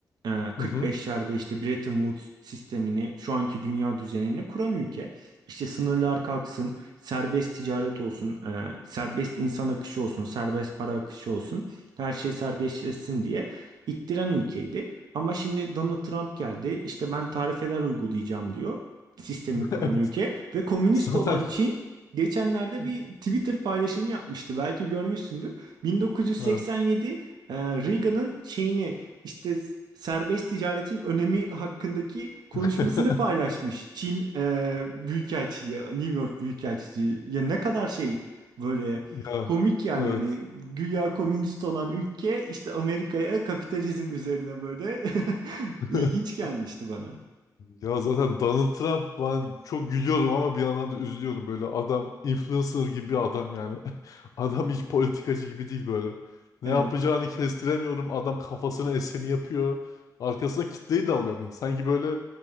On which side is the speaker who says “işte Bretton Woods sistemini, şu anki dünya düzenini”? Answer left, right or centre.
Right